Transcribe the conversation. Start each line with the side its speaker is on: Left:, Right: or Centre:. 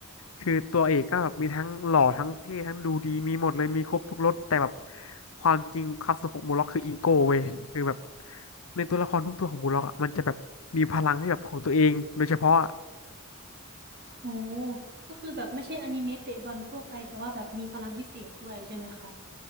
Left: คือตัวเอกก็แบบมีทั้งหล่อทั้งเท่ทั้งดูดีมีหมดเลยมีครบทุกรสแต่แบบความจริงความสนุกของบูลล็อกคืออีโก้เว้ยคือแบบในตัวละครทุกตัวของบูลล็อกอะมันจะแบบมีพลังที่แบบของตัวเองโดยเฉพาะ
Right: โอ้ก็คือแบบไม่ใช่อนิเมะเตะบอลทั่วไปแต่ว่าแบบมีพลังพิเศษด้วยใช่ไหมคะ